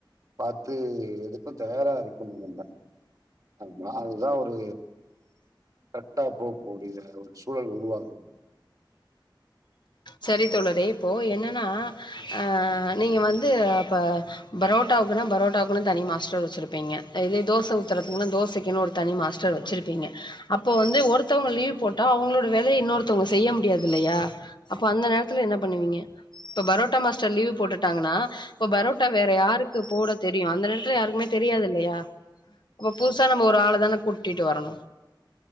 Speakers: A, on the right; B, on the left.
A: பாத்து எதுக்கு தயாரா இருக்கணு நம்ப ஆமா அதுதா ஒரு கரெட்டா போகக் கூடிய ஒரு சூழல் உருவாகு
B: செரி தோழரே இப்போ என்னன்னா ஆ நீங்க வந்து அப்ப பரோட்டாவுக்குனா பரோட்டாவுக்கு தனி மாஸ்டர் வச்சிருப்பீங்க இதே தோச உத்துரதுக்குனா தோசைக்குன்னு ஒரு தனி மாஸ்டர் வச்சுருப்பீங்க அப்ப வந்து ஒருத்தவங்க லீவ் போட்டா அவுங்களோட வேலையை இன்னொருத்தவங்க செய்ய முடியாது இல்லையா அப்ப அந்த நேரத்துல என்ன பண்ணுவீங்க இப்ப பரோட்டா மாஸ்டர் லீவ் போட்டு டாங்கன்னா இப்ப பரோட்டா வேற யாருக்கு போட தெரியு அந்த நேரத்துல யாருக்குமே தெரியாது இல்லையா அப்ப புதுசா நம்ம ஒரு ஆள தானே கூட்டிட்டு வரணு